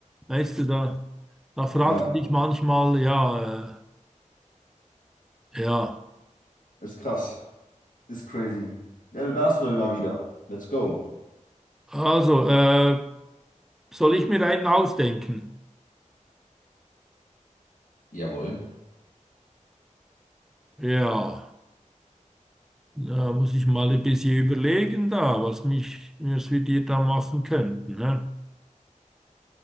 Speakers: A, in the centre; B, on the left.
A: Weißt du, da, da fragst
B: Ja,
A: du dich manchmal, ja, äh, ja,
B: ist krass. Ist crazy. Ja, du darfst mal mal wieder. Let's go.
A: also, äh, soll ich mir einen ausdenken?
B: Jawohl.
A: Ja. Da muss ich mal ein bisschen überlegen da, was mich, was wir dir da machen könnten. Ne?